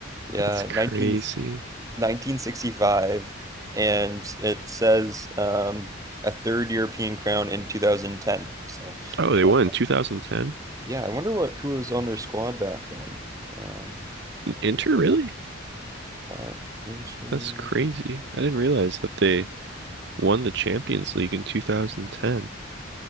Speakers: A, on the right (about 15°); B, on the right (about 60°).
A: yeah,
B: That's crazy.
A: nineteen, 1965, and it says um, a third European crown in 2010. So,
B: Oh, they
A: uh,
B: won in 2010.
A: yeah, I wonder what who was on their squad back then. Um,
B: Inter, really?
A: uh, Inter,
B: That's crazy. I didn't realize that they won the Champions League in 2010.